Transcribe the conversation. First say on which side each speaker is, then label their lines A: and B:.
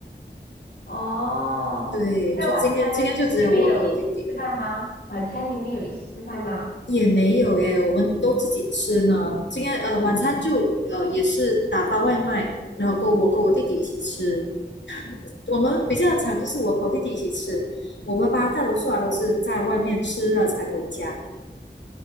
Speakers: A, on the left (about 60°); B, on the left (about 80°).
A: 哦，
B: 对，
A: 那晚餐呢？
B: 就今天今天就只有我跟我弟弟，
A: 就是你们有一起吃饭吗？晚餐你们有一起吃饭吗？
B: 也没有耶，我们都自己吃呢。今天呃晚餐就呃也是打包外卖，然后跟我跟我弟弟一起吃。我们比较常就是我跟我弟弟一起吃，我爸爸大多数啊都是在外面吃了才回家。